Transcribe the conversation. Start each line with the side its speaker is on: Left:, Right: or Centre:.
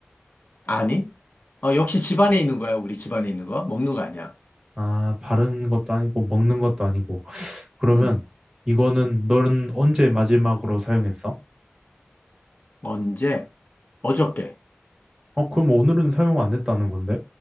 Left: 아니? 어, 역시 집안에 있는 거야, 우리 집안에 있는 거. 먹는 거 아니야.
Right: 아, 바르는 것도 아니고 먹는 것도 아니고. 그러면
Left: 음.
Right: 이거는 너는 언제 마지막으로 사용했어?
Left: 언제? 어저께.
Right: 어, 그럼 오늘은 사용 안 했다는 건데.